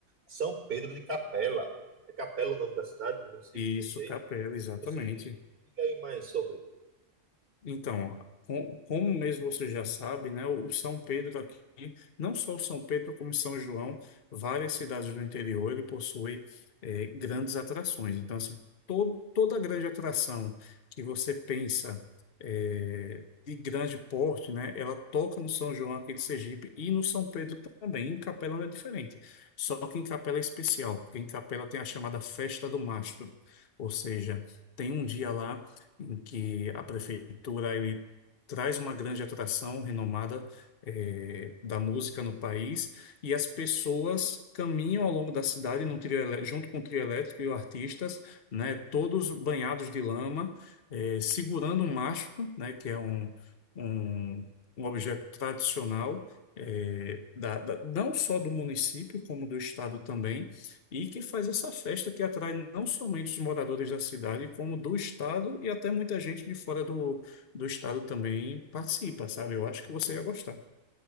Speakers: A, on the right (about 45°); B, on the left (about 50°).
A: São Pedro de Capela. É Capela o nome da cidade, do município,
B: Isso,
A: não sei.
B: Capela, exatamente.
A: Você me diga aí mais sobre.
B: Então, com- como mesmo você já sabe, né, o o São Pedro aqui, não só o São Pedro, como São João, várias cidades do interior, ele possui eh, grandes atrações. Então, assim, todo, toda grande atração que você pensa eh, de grande porte, né, ela toca no São João aqui de Sergipe e no São Pedro também. Em Capela não é diferente, só que em Capela é especial, porque em Capela tem a chamada Festa do Mastro, ou seja, tem um dia lá em que a prefeitura ele traz uma grande atração renomada eh, da música no país e as pessoas caminham ao longo da cidade num trio elé- junto com o trio elétrico e os artistas, né, todos banhados de lama, eh, segurando um mastro, né, que é um, um, um objeto tradicional eh, da, da- não só do município como do estado também e que faz essa festa que atrai não somente os moradores da cidade, como do estado e até muita gente de fora do, do estado também participa, sabe? Eu acho que você ia gostar.